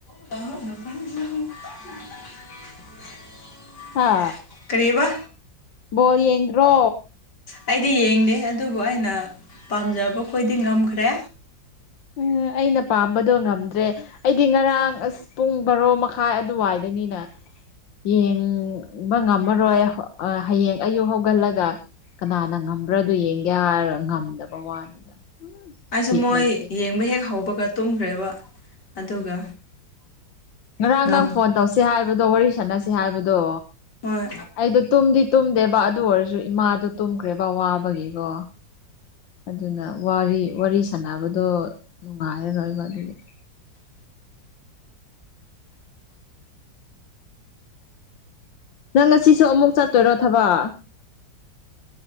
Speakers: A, on the left (about 60°); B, on the left (about 80°).
A: <unintelligible>
B: ꯍꯥ
A: ꯀꯔꯤꯕꯥ
B: ꯕꯣꯜ ꯌꯦꯡꯗ꯭ꯔꯣ
A: ꯑꯩꯗꯤ ꯌꯦꯡꯗꯦ ꯑꯗꯨꯕꯨ ꯑꯩꯅ ꯄꯥꯝꯖꯕ ꯈꯣꯏꯗꯤ ꯉꯝꯈ꯭ꯔꯦ
B: ꯑꯥ ꯑꯩꯅ ꯄꯥꯝꯕꯗꯣ ꯉꯝꯗ꯭ꯔꯦ ꯑꯩꯗꯤ ꯉꯔꯥꯡ ꯑꯁ ꯄꯨꯡ ꯕꯥꯔꯣ ꯃꯈꯥꯏ ꯑꯗꯨꯋꯥꯏꯗ ꯃꯤꯅ ꯌꯦꯡꯕ ꯉꯝꯃꯔꯣꯏ ꯑꯥ ꯍꯌꯦꯡ ꯑꯌꯨꯛ ꯍꯧꯒꯠꯂꯒ ꯀꯅꯥꯅ ꯉꯝꯕ꯭ꯔꯥꯗꯣ ꯌꯦꯡꯒꯦ ꯍꯥꯏꯔꯒ ꯉꯝꯗꯕ ꯋꯥꯅꯤꯗ
A: ꯑꯩꯁꯨ
B: ꯕꯤꯠ
A: ꯃꯣꯏ
B: ꯂꯩꯇꯦ
A: ꯌꯦꯡꯕ ꯍꯦꯛ ꯍꯧꯕꯒ ꯇꯨꯝꯈ꯭ꯔꯦꯕ ꯑꯗꯨꯒ
B: ꯎꯝ ꯉꯔꯥꯡ
A: ꯉꯝ
B: ꯅꯪ ꯐꯣꯟ ꯇꯧꯁꯤ ꯍꯥꯏ ꯕꯗꯣ ꯋꯥꯔꯤ ꯁꯥꯟꯅꯁꯤ ꯍꯥꯏꯕꯗꯣ
A: ꯍꯣꯏ
B: ꯑꯩꯗꯣ ꯇꯨꯝꯗꯤ ꯇꯨꯝꯗꯦꯕ ꯑꯗꯨ ꯑꯣꯏꯔꯖꯨ ꯏꯃꯥꯗꯣ ꯇꯨꯝꯈ꯭ꯔꯦꯕ ꯋꯥꯕꯒꯤꯀꯣ ꯑꯗꯨꯅ ꯋꯥꯔꯤ ꯋꯥꯔꯤ ꯁꯅꯕꯗꯣ ꯅꯨꯡꯉꯥꯏꯔꯔꯣꯏꯕ ꯑꯗꯨꯒꯤ
A: <unintelligible>
B: ꯅꯪ ꯉꯁꯤꯁꯨ ꯑꯃꯨꯛ ꯆꯠꯇꯣꯏꯔꯣ ꯊꯕꯛ